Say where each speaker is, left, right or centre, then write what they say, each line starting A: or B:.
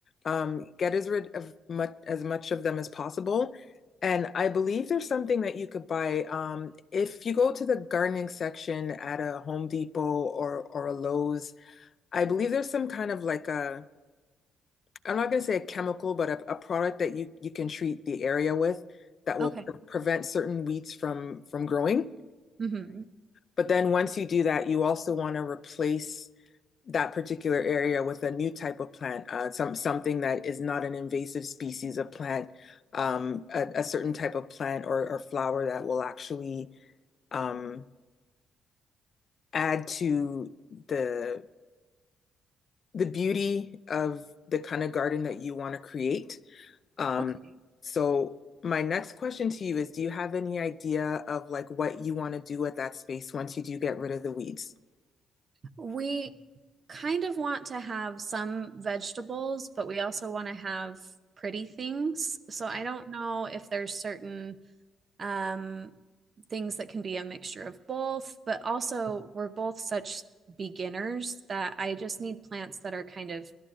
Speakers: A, on the left; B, on the right.
A: Um, get as rid of much as much of them as possible. And I believe there's something that you could buy. Um, if you go to the gardening section at a Home Depot or or a Lowe's, I believe there's some kind of like a I'm not going to say a chemical, but a, a product that you you can treat the area with that will
B: Okay.
A: pre prevent certain weeds from from growing.
B: hmm
A: But then once you do that, you also want to replace that particular area with a new type of plant, uh, some something that is not an invasive species of plant, um, a, a certain type of plant or, or flower that will actually um, add to the the beauty of the kind of garden that you want to create. Um,
B: Okay.
A: so my next question to you is, do you have any idea of like what you want to do with that space once you do get rid of the weeds?
B: We kind of want to have some vegetables, but we also want to have pretty things. So I don't know if there's certain um, things that can be a mixture of both, but also we're both such beginners that I just need plants that are kind of